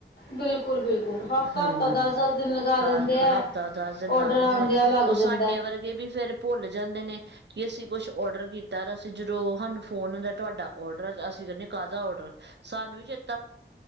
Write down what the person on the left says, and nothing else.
ਬਿਲਕੁਲ, ਬਿਲਕੁਲ ਹਫ਼ਤਾ-ਹਫ਼ਤਾ,
ਦਸ-ਦਸ ਦਿਨ ਲਗਾ
ਦਿੰਦੇ ਐ।
ਔਡਰ
ਆਂਦਿਆਂ
ਲੱਗ
ਜਾਂਦਾ।